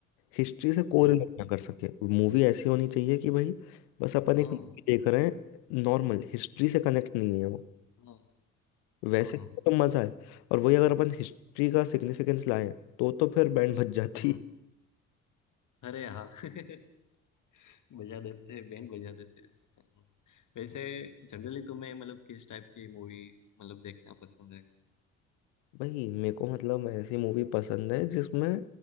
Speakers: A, on the left; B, on the left.
A: हिस्ट्री से कोरिलेट
B: हम्म,
A: ना कर सके मूवी ऐसी होनी चाहिए कि भाई बस अपन
B: हाँ
A: एक मूवी देख रहे हैं नॉर्मल हिस्ट्री से कनेक्ट नहीं है वो
B: हाँ
A: वैसे
B: हाँ हाँ,
A: तो मज़ा है और वही अगर अपन हिस्ट्री का सिग्निफिकेंस लाएं तो तो फिर बैंड बज जाती
B: हम्म अरे हाँ <laughs> बजा देते हैं बैंड बजा देते हैं इससे, हम्म। वैसे जनरली तुम्हें मतलब किस टाइप की मूवी मतलब देखना पसंद है
A: भाई मेरे को मतलब ऐसी मूवी पसंद है जिसमें